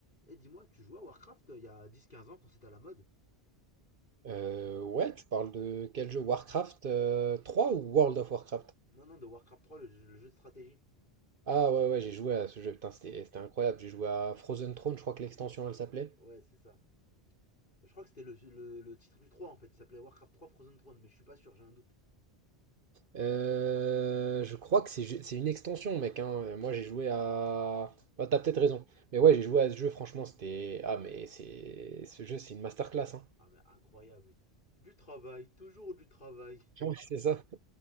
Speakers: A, on the left (about 50°); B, on the right (about 55°).
A: Et dis-moi, tu jouais à Warcraft euh, il y a dix, quinze ans quand c'était à la mode
B: Euh, ouais, tu parles de quel jeu? Warcraft euh, 3 ou World of Warcraft?
A: Non, non, de Warcraft 3, le, jeu- le jeu de stratégie.
B: Ah ouais, ouais, j'ai joué à ce jeu, putain, c'était c'était incroyable. J'ai joué à Frozen Throne, je crois que l'extension elle s'appelait.
A: Ouais, c'est ça. Je crois que c'était le, le- le titre du 3 en fait, il s'appelait Warcraft trois Frozen Throne, mais je suis pas sûr, j'ai un doute.
B: Euh, je crois que c'est ju- c'est une extension, mec, hein. Euh, Moi j'ai joué à. Bah, t'as peut-être raison. Mais ouais, j'ai joué à ce jeu, franchement, c'était. Ah, mais c'est. Ce jeu, c'est une masterclass, hein.
A: Ah mais incroyable. Du travail, toujours du travail.
B: <laughs> Ouais, c'est ça,